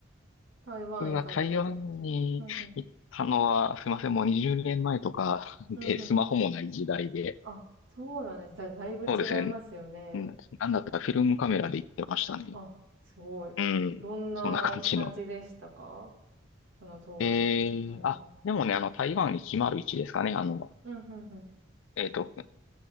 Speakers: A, on the right; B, on the left.
A: 台湾行かれたとき。
B: 僕は台湾に行ったのは、
A: うんうん。
B: すいません、もう20年前とか <laughs>
A: うんうん。
B: で、スマホもない時代で。
A: あ、そうなんです。だ、だいぶ違いますよね。
B: そうですね。うん、なんだったらフィルムカメラで行ってましたね。
A: あ、すごい。
B: うん。
A: どんな感じでしたか
B: そんな感じの。
A: その当時、
B: ええあ、
A: 台湾。
B: でもね、あの、台湾いちまる0 1ですかね。あの、
A: うん、うん、うん。
B: えっと、